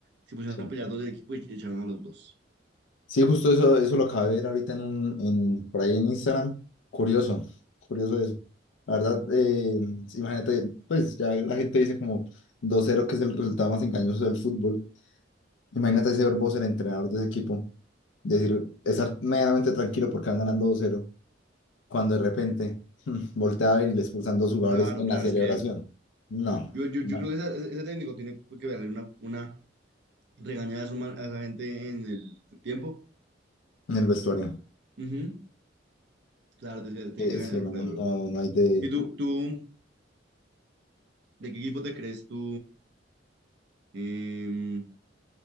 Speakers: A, on the right; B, on the left.
A: se pusieron
B: Sí.
A: a pelear dos del equipo y echaron a los dos.
B: Sí, justo eso, eso lo acabé de ver ahorita en un, en, por ahí en Instagram. Curioso, curioso eso. La verdad, eh, imagínate, pues ya la gente dice como dos cero que es el resultado más engañoso del fútbol. Imagínate ese Bos el entrenador de ese equipo, decir, estar medianamente tranquilo porque van ganando dos cero cuando de repente <laughs> voltea a ver y le expulsan dos jugadores
A: Claro,
B: en
A: claro,
B: la celebración.
A: es que
B: No,
A: yo, yo, yo
B: no,
A: creo que esa- ese, ese técnico tiene que darle una, una regañada a, su man- a esa gente en el tiempo.
B: en el vestuario.
A: Ujú, Claro, tiene que, tiene
B: Que
A: que
B: es
A: regañarlo,
B: que no,
A: claro,
B: no,
A: bro.
B: no hay de,
A: ¿Y tú, tú, de qué equipo te crees tú? Em,